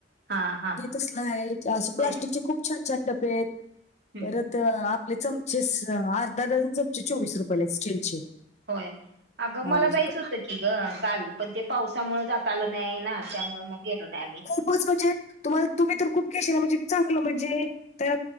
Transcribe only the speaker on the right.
हा हा
होय काय
हम्म
होय अगं
मला
जायचं
होतं की ग काल पण ते पावसामु जात आलं नाही ना त्याच्यामुळे मग गेलो नाही आम्ही <unintelligible>